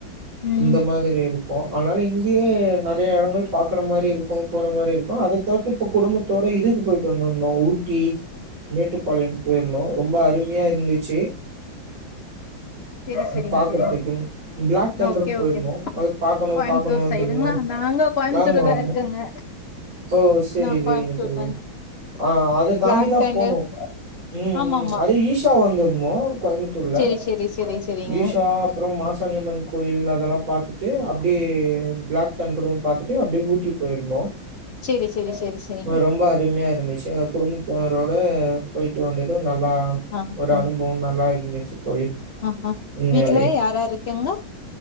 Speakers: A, on the left; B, on the right.
A: ம்
B: இந்த மாதிரி இருக்கு அதனால இங்கயே நெறையா எடங்கள் பாக்குற மாரி இருக்கு போற மாரி இருக்கு அத தவித்து இப்ப குடும்பத்தோட இதுக்கு போயிட்டு வந்திருந்தோ ஊட்டி மேட்டுப்பாளையம் போய்ருந்தோ ரொம்ப அருமையா இருந்து சேர்
A: செரி செரிங்க
B: பாக்கறதுக்கு
A: செரிங்க
B: பிளாக் தண்டர்
A: ஓகே
B: போயிருந்தோ
A: ஓகே
B: அது பாக்கணு
A: கோயம்புத்தூர்
B: பாக்கணுன்
A: சைடுங்களா
B: இருந்தோ
A: நாங்க கோயம்புத்தூர்
B: ஆமா
A: தா
B: ஆமா
A: இருக்கங்க
B: ஓ செரி
A: நா
B: செரிங்க
A: கோயம்புத்தூர்
B: தோழி
A: தாங்க
B: ஆ அத
A: பிளாக்
B: தாண்டிதா
A: தண்டர்
B: போனோ உம்
A: ஆமா
B: உம்
A: ஆமா
B: அது ஈஷா வந்திருந்தோ கோய்முத்தூர்ல
A: செரி செரி செரி செரிங்க
B: ஈஷா அப்புறம் மாசாணி அம்மன் கோயில் அதெல்லா பாத்துட்டு அப்டியே பிளாக் தண்ரும் பாத்துட்டு அப்படியே ஊட்டி போயிருந்தோ
A: செரி செரி செரி செரிங்க
B: ரொம்ப அருமையா இருந்துச்சு எங்க குடும்பத்தா ரோட போய்ட்டு வந்ததும் நல்லா
A: ஆ
B: ஒரு
A: ஆ
B: அனுபவம் நல்லா இருந்துச்சு தோழி
A: ஆ ஆ
B: உண்மையாவே
A: வீட்ல யார் யார் இருக்காங்க